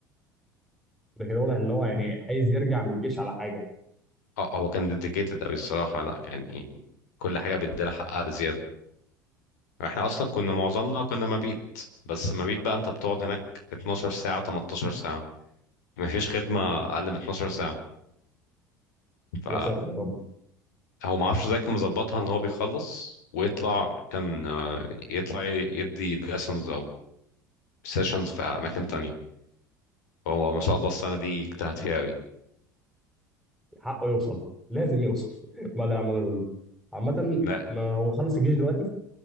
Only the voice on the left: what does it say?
اه هو كان ديديكيتد أوي الصراحة لا يعني كل حاجة بيديلها حقها بزيادة احنا اصلا
كنا
معظمنا كنا مبيت بس مبيت بقى انت بتقعد هناك 12 ساعة 18 ساعة مفيش خدمة
اقل من 12 ساعة ف
هو ما اعرفش ازاي كان مظبطها ان هو بيخلص ويطلع كان آه، يطلع يدي lessons او سيشنز في اماكن تانية هو ما شاء الله السنة دي اجتهد فيها قوي
لا